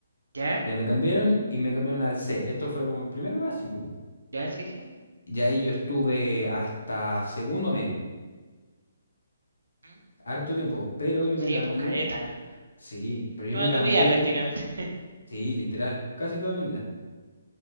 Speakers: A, on the right (about 70°); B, on the left (about 70°).
A: ¿Ya?
B: Ya me cambiaron y me cambiaron al C. Esto fue como en primero básico.
A: ¿Ya? Sí, sí.
B: Y ahí yo estuve hasta segundo medio,
A: ¿Mm?
B: harto tiempo. Pero yo
A: Sí,
B: me cambié,
A: po, careta.
B: sí, pero yo
A: Toda
B: me cambié
A: tu vida prácticamente.
B: de,
A: <laughs>
B: sí, literal, casi toda mi vida.